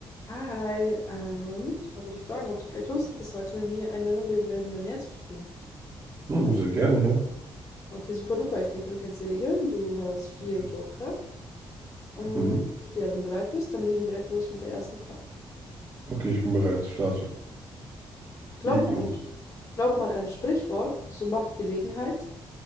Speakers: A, on the left (about 35°); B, on the right (about 25°).
A: Hi, ähm, ich wollte dich fragen, ob du vielleicht Lust hättest, heute mit mir eine Runde Wer wird Millionär zu spielen.
B: Hm, sehr gerne, ja.
A: Okay, super duper. Ich denke, du kennst die Regeln. Du hast vier
B: Ja.
A: Joker. Und
B: Mhm.
A: ja, wenn du bereit bist, dann legen wir direkt los mit der ersten Frage.
B: Okay, ich bin bereit. Starte.
A: Glaubt
B: Leg
A: man
B: los.
A: einem, glaubt man einem Sprichwort, so macht Gelegenheit